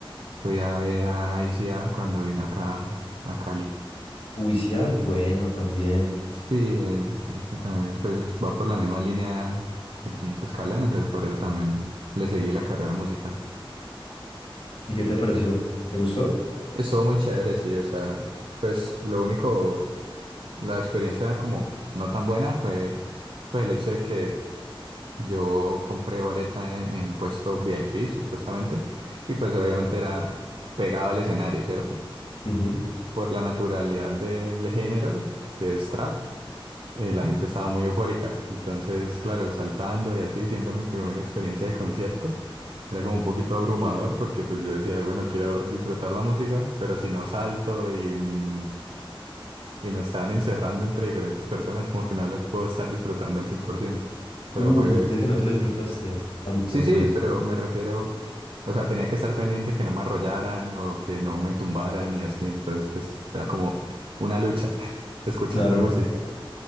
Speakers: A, on the right; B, on the left.
A: Fui a ver a ICA cuando vino acá a Cali.
B: Uicía es bueno también.
A: Sí, eh, ese también pues va por la misma línea del quinto escalón, entonces por eso también le seguí la carrera musical.
B: ¿Y qué te pareció? ¿Te gustó?
A: Estuvo muy chévere, sí, o sea, pues lo único, la experiencia como no tan buena fue pues el hecho de que yo compré boleta en, en puesto VIP supuestamente y pues obviamente era pegado al escenario, ¿cierto?
B: Ujú.
A: Y por la naturalidad del género, que es trap. eh, la gente estaba muy eufórica. Entonces, claro, saltando y así, siendo mi primera experiencia de concierto, era como un poquito abrumador porque pues yo decía, bueno, quiero disfrutar la música, pero si no salto y, mm, y me están encerrando entre diferentes personas, como que no la puedo estar disfrutando al cien por ciento Pero
B: Uh,
A: fue...
B: sentiste que no te lo disfrutaste tanto,
A: Sí, sí,
B: pues.
A: pero me refiero... O sea, tenía que estar pendiente que no me arrollaran o que no me tumbaran y así. Entonces, pues era como una lucha <laughs> escuchando
B: Claro,
A: música.